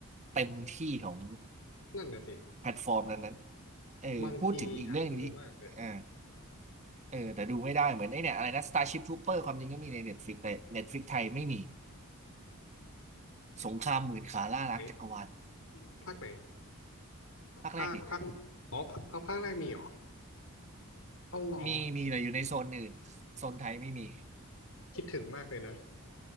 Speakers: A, on the right; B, on the left.
A: เต็มที่ของ
B: นั่นน่ะสิ
A: แพลตฟอร์มนั้นๆเออพูดถึงอีกเรื่องนี้
B: บางทีอยากดูมากเลย
A: อ่า เออแต่ดูไม่ได้เหมือนไอ้เนี่ยอะไรนะ Starship Trooper ความจริงก็มีใน Netflix แต่ Netflix ไทยไม่มีสงครามหมื่นขาล่าล้างจักรวาล
B: ไหนภาคไหน
A: ภาคแรกดิ
B: ภาคภาคอ๋อเอาภาคแรกมีเหรอเอาหรอ
A: มีมีแต่อยู่ในโซนอื่นโซนไทยไม่มี
B: คิดถึงมากเลยนะ